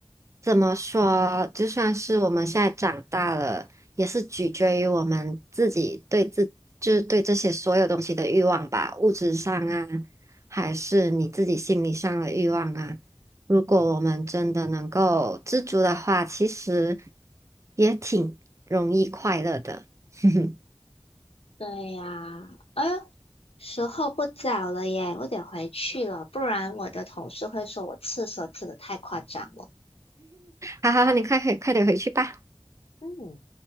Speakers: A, on the right; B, on the left.
A: 怎么说，就算是我们现在长大了，也是取决于我们自己对自，就是对这些所有东西的欲望吧，物质上啊，还是你自己心理上的欲望啊。如果我们真的能够知足的话，其实也挺容易快乐的。<laughs> 哼哼，
B: 对呀，哎呦，时候不早了耶，我得回去了，不然我的同事会说我刺蛇刺的太夸张了。
A: 好好好，你快快快点回去吧。
B: 嗯。